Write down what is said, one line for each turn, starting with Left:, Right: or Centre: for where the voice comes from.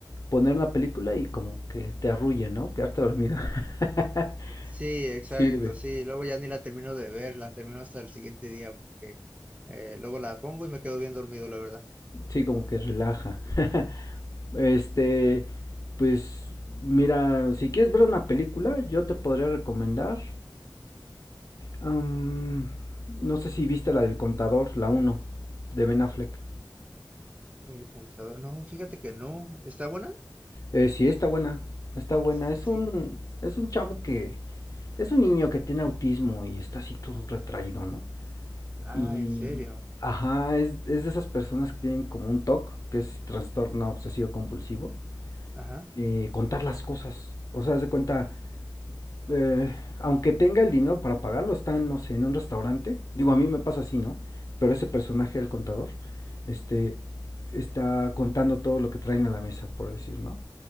Left: poner una película y como que te arrulla, ¿no? Quedarte dormido. <laughs>
Right: Sí, exacto,
Left: Sirve.
Right: sí. Luego ya ni la termino de ver, la termino hasta el siguiente día porque eh, luego la pongo y me quedo bien dormido, la verdad.
Left: Sí, como que relaja. <laughs> Este, pues mira, si quieres ver una película, yo te podría recomendar. am, no sé si viste la del contador, la uno de Ben Affleck.
Right: El contador, no, fíjate que no. ¿Está buena?
Left: Eh, sí, está buena. Está buena.
Right: Sí.
Left: Es un, es un chavo que Es un niño que tiene autismo y está así todo retraído, ¿no?
Right: Ah,
Left: Y,
Right: en serio.
Left: ajá, es, es de esas personas que tienen como un TOC, que es trastorno obsesivo compulsivo,
Right: Ajá,
Left: de contar las cosas. O sea, haz de cuenta, eh, aunque tenga el dinero para pagarlo, está, no sé, en un restaurante. Digo, a mí me pasa así, ¿no? Pero ese personaje,
Right: ajá,
Left: el contador, este, está contando todo lo que traen a la mesa, por decir, ¿no?